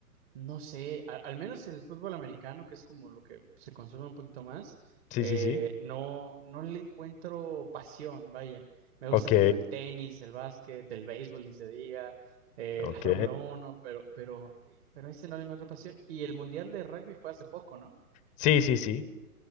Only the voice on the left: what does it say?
Sí,
sí, sí.
Ok,
ok.
Sí, sí, sí.